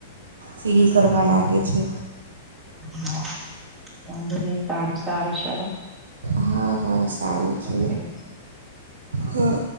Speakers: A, on the right; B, on the right.
A: ફીલ કરવા લાગે છે.
B: હા વાંધો નહી સારું સારું ચલો
A: હા હા સારું છે
B: કરીશ.
A: હા.